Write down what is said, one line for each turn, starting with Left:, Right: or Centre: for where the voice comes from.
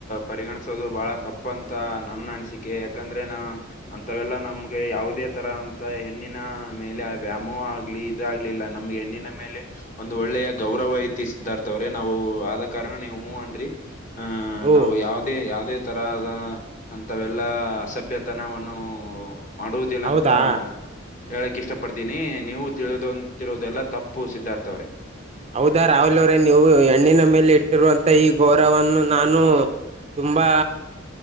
Left: ಪರಿಗಣಿಸೋದು ಬಹಳ ತಪ್ಪ ತ್ತ ನನ್ನ ಅನಿಸಿಕೆ ಯಾಕಂದ್ರೆ ನಾ ಅಂತವೆಲ್ಲಾ ನಮ್ಗೆ ಯಾವುದೇ ತರಾ ಅಂತ ಹೆಣ್ಣಿನ ಮೇಲೆ ವ್ಯಾಮೋಹ ಆಗ್ಲಿ ಇದ ಆಗ್ಲಿಲ್ಲ ನಮಗೆ ಹೆಣ್ಣಿನ ಮೇಲೆ ಒಂದು ಒಳ್ಳೆಯ ಗೌರ ಗೌರವ ಐತಿ ಸಿದ್ಧಾರ್ಥ ಅವ್ರೆ ನಾವು ಆದ ಕಾರಣ ನೀವ್ ಹೂ ಅನ್ರಿ ಹ
Right: ಓ
Left: ನಾವು ಯಾವದೇ ಯಾವುದೇ ತರದಾ ಅಂತವೆಲ್ಲಾ ಅಸಭ್ಯತನವನ್ನು ಮಾಡುವುದಿಲ್ಲ
Right: ಹೌದಾ
Left: ಅಂತಾ ಹೇಳಕ್ ಇಷ್ಟ ಪಡ್ತೀನಿ, ನೀವು ತಿಳುದಂತಿರೋದೆಲ್ಲಾ ತಪ್ಪು ಸಿದ್ಧಾರ್ಥ್ ಅವ್ರೆ.
Right: ಹೌದಾ ರಾಹುಲ್ ಅವರೇ ನೀವು ಹೆಣ್ಣಿನ ಮೇಲೆ ಇಟ್ಟಿರುವಂತ ಈ ಗೌರವನು ನಾನು ತುಂಬಾ